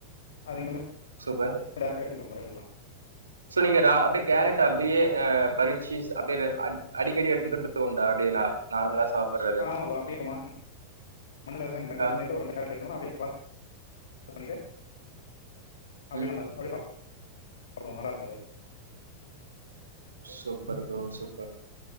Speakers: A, on the left; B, on the right.
A: அது இங்கலா
B: சூப்பர்
A: டேரக்டா எடுத்துக்லா ப்ரோ எடுத்துக்லா
B: சோ நீங்க ரா அப்டியே அ கேரட் அப்டியே ஆ பறிச்சி அப்டிலெ அ அடிக்கடி எடுத்துக்கற்து உண்டா அப்டியே நா நார்மலா சாப்பட்றது
A: ஆ ஆமாப்ரோ அப்டியே இப்ப மா மண்ணுல விவசாயம் பண்றாங்கல
B: ஆ
A: அதலெந்து எடுத்து ஒரு ரெண்டு கேரட் எடுத்துனோ நா அப்டியே வா பண்ணிட்டு அப்டியே
B: ம்
A: நம்ம அத அப்டியே சாப்புடுவோ நல்லாருக்கு அது
B: சூப்பர் ப்ரோ சூப்பர்